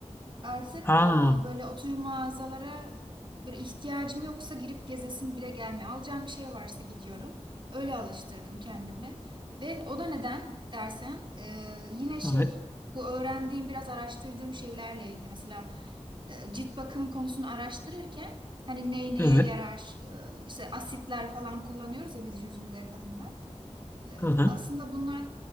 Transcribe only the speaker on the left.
Ha,
evet.
Evet.
Hı hı.